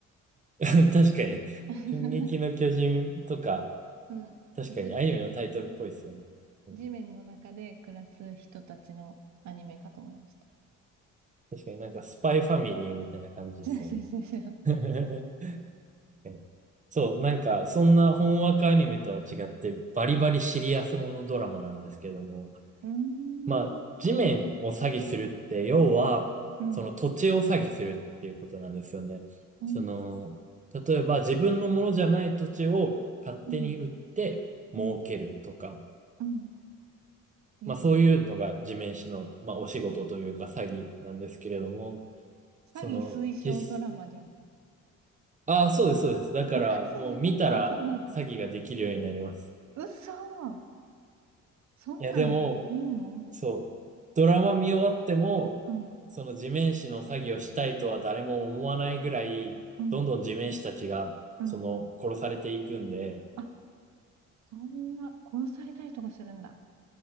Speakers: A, on the right; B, on the right.
A: 確かに。
B: <laughs> なんか
A: 進撃の巨人とか、
B: うん、
A: 確かにアニメのタイトルっぽいですよね。
B: じ、
A: うん、
B: 地面の中で暮らす人たちのアニメかと思いました。
A: 確かになんかスパイファミリーみたいな感じですもん
B: <laughs> 違う違う違う違う。
A: ね。<laughs> 確かにそう、なんかそんな本枠アニメとは違ってバリバリシリアスものドラマなんですけども、
B: うーん、
A: まあ、地面を詐欺するって、要は、
B: うん、
A: その土地を詐欺するっていうことなんですよね。
B: うん、
A: その、例えば自分のものじゃない土地を勝手に売って儲けるとか、
B: うん、うん、うん。え、
A: まあそういうのが地面師の、まあ、お仕事というか詐欺なんですけれども、
B: 詐欺推奨ドラマじゃん。
A: その、実、ああ、そうです、そうです。だからもう見たら詐欺ができるようになります。
B: マジで <laughs> あ、そうなんだ。嘘そんなんいいの
A: いや、でも、そう。ドラマ見終わっても、
B: うん、
A: その地面師の作業したいとは誰も思わないぐらい、
B: うん、
A: どんどん地面師たちが、
B: うん。
A: その、殺されていくんで、
B: あ、そんな、殺されたりとかするんだ。